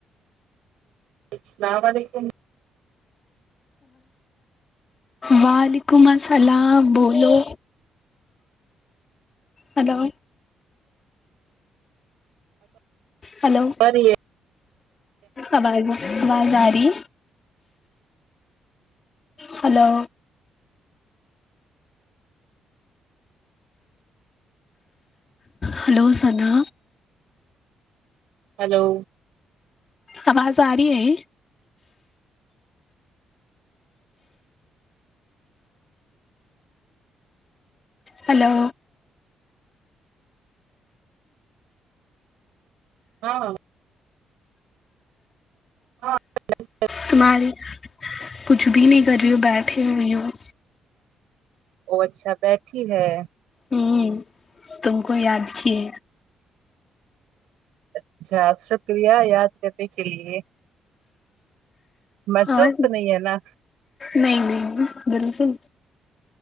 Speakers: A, on the right (about 85°); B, on the left (about 35°).
A: السلام علیکم
B: وعلیکم السلام بولو ہیلو ہیلو
A: ارے ہی
B: اواز اواز ارہی ہیلو ہیلو سنا
A: ہیلو
B: اواز ا رہی ہے ہیلو
A: ہاں <unintelligible>
B: تمہاری کچھ بھی نہیں کر رہی ہو بیٹھی ہوئی ہوں
A: وہ اچھا بیٹھی ہے
B: ہوں تم کو یاد کیے
A: اچھا شکریہ یاد کرنے کے لیے مصروف
B: اور
A: تو نہیں ہے نا
B: نہیں نہیں بالکل